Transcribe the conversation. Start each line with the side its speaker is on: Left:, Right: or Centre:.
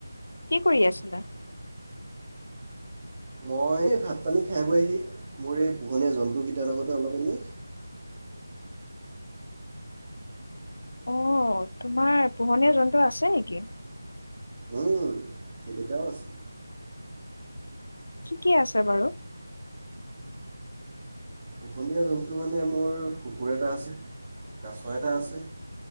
Left: কি কৰি আছিলা?
Right: মই ভাত পানী খাই বৈ আহি, মোৰ এই পোহনীয়া জন্তুকেইটাৰ লগতে অলপ এনেই
Left: অ' তোমাৰ পোহনীয়া জন্তু আছে নেকি?
Right: উম কেইবাটাও আছে।
Left: কি কি আছে বাৰু।
Right: পোহনীয়া জন্তু মানে মোৰ কুকুৰ এটা আছে কাছ এটা আছে